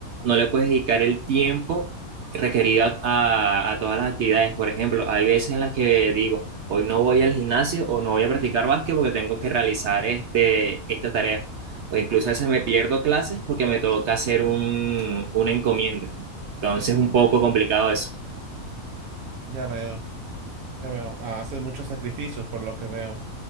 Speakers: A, on the right; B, on the right.
A: no le puedes dedicar el tiempo requerido a, a todas las actividades. Por ejemplo, hay veces en las que digo, hoy no voy al gimnasio o no voy a practicar básquet porque tengo que realizar este, esta tarea. O incluso a veces me pierdo clases porque me toca hacer un, un encomienda. Entonces es un poco complicado eso.
B: Ya veo, ya veo. Ah, haces muchos sacrificios por lo que veo.